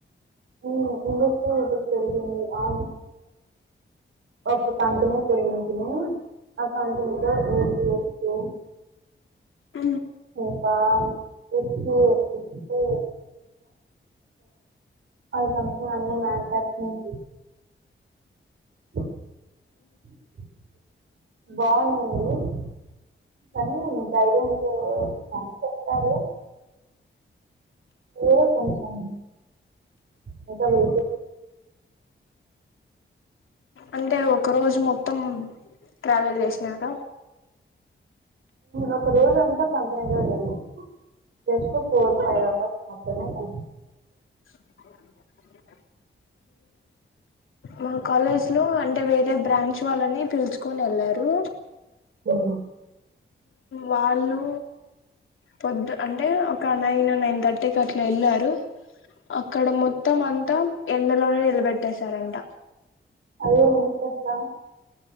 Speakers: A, on the right; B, on the left.
A: ఉమ్ ఇండస్ట్రియల్ విసిట్ జరిగింది ఆ ఓకే కంటిన్యూ చేయంచున అ కంటిన్యూలొ <inaudible>
B: అ
A: నుప ఇచ్చి ఇచ్చి ఆ సంథింగ్ అన్ని మాన్యుఫాక్చరింగ్ బాగునింది కానీ గైడెన్స్ మాకు చెప్పారు కానీ కొంచెం బెటరు
B: అంటే ఒక రోజు మొత్తం ట్రావెల్ చేసినాక
A: ఒక రోజంతా పంతనిగా నేను జస్ట్ ఫోర్ ఫైవ్ అవర్స్ మాత్రమే <inaudible>
B: అ మా కాలేజ్ లో అంటే వేరే బ్రాంచ్ వాళ్ళని పిల్చుకోని వెళ్లారు
A: ఆ
B: వాళ్ళు పొద్ద్ అంటే ఒక నైన్ నైన్ థర్టీకి అట్లా ఎళ్ళారు అక్కడ మొత్తం అంతా ఎండలోనే నిలబెట్టేశారంట
A: అదే ఎందుకొస్త